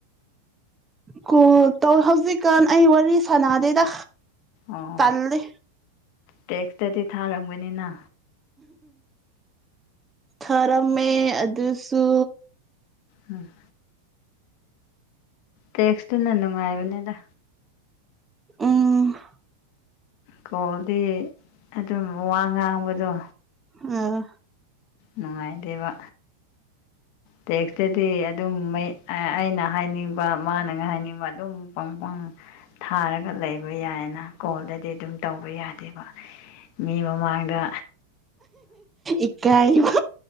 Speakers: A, on the right; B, on the left.
A: ꯀꯣꯜ ꯇꯧ ꯍꯧꯖꯤꯛꯀꯥꯟ ꯑꯩ ꯋꯥꯔꯤ ꯁꯥꯟꯅꯗꯦꯗ
B: ꯑꯣ
A: ꯇꯜꯂꯦ
B: ꯇꯦꯛꯁꯇꯗꯤ ꯊꯥꯔꯝꯒꯅꯤꯅ
A: ꯈꯔꯝꯃꯦ ꯑꯗꯨꯁꯨ
B: ꯎꯝ ꯇꯦꯛꯁꯇꯨꯅ ꯅꯨꯡꯉꯥꯏꯕꯅꯦꯗ
A: ꯎꯝ
B: ꯀꯣꯜꯗꯤ ꯑꯗꯨꯝ ꯋꯥ ꯉꯥꯡꯕꯗꯣ
A: ꯎꯝ
B: ꯅꯨꯡꯉꯥꯏꯗꯦꯕ ꯇꯦꯛꯁꯇꯗꯤ ꯑꯗꯨꯝ ꯑꯩꯅ ꯍꯥꯏꯅꯤꯡꯕ ꯃꯥꯅ ꯍꯥꯏꯅꯤꯡꯕ ꯑꯗꯨꯝ ꯄ ꯊꯥꯔꯒ ꯂꯩꯕ ꯌꯥꯏꯅ ꯀꯣꯜꯗꯗꯤ ꯑꯗꯨꯝ ꯇꯧꯕ ꯌꯥꯗꯦꯕ ꯃꯤ ꯃꯃꯥꯡꯗ
A: ꯏꯀꯥꯏꯕ